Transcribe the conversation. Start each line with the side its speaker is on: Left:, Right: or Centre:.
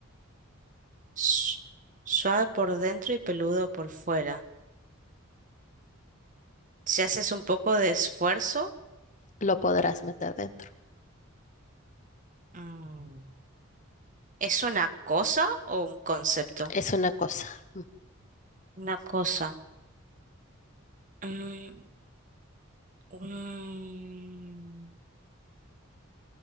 Right: Su- Suave por dentro y peludo por fuera. Si haces un poco de esfuerzo,
Left: Lo podrás meter dentro.
Right: mm, ¿es una cosa o un concepto?
Left: es una cosa.
Right: Una cosa. Eh, Mm, un,